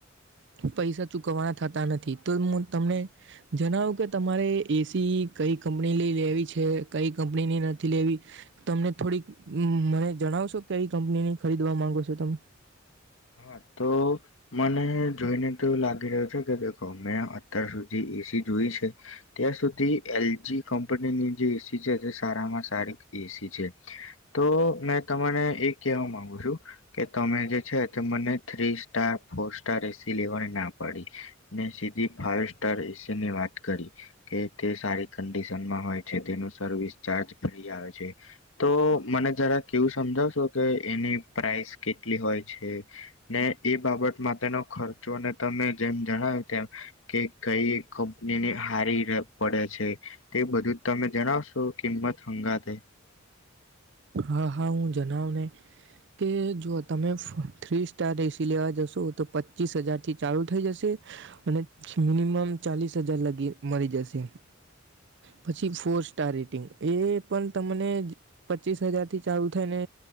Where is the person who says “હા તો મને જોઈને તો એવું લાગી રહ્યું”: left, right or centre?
Left